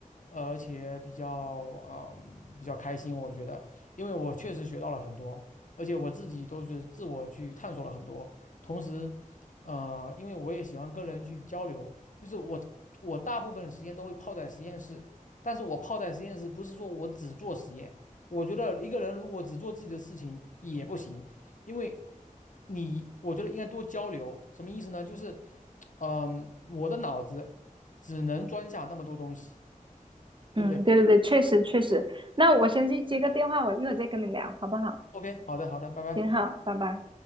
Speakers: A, on the left (about 65°); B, on the right (about 35°).
A: 呃而且比较嗯比较开心，我觉得，因为我确实学到了很多，而且我自己都是自我去探索了很多。同时，呃，因为我也喜欢跟人去交流，就是我我大部分时间都会泡在实验室，但是我泡在实验室不是说我只做实验，我觉得一个人如果只做自己的事情也不行，因为你我觉得应该多交流，什么意思呢？就是嗯，我的脑子只能装下那么多东西。
B: 嗯，
A: 对不对
B: 对对对，确实确实。那我先去接个电话，我一会儿再跟你聊，好不好？
A: ？OK，好的，好的，拜拜。
B: 挺好，拜拜。